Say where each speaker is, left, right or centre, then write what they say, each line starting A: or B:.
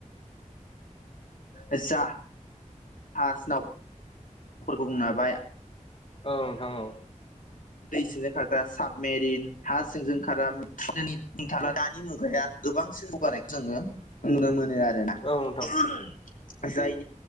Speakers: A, on the left; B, on the left.
A: जा जाहाज नावफोरखौ बुंनो हाबाय
B: औ नोंथां औ
A: दै सिंजों खारग्रा साबमेरिन हा सिंजों खारग्राै नथाङला दानि मुगाया गोबांसिन जौगानायखौ जोंङो नुनो मोनो आरोना
B: औ नोंथां
A: <unintelligible> जायनि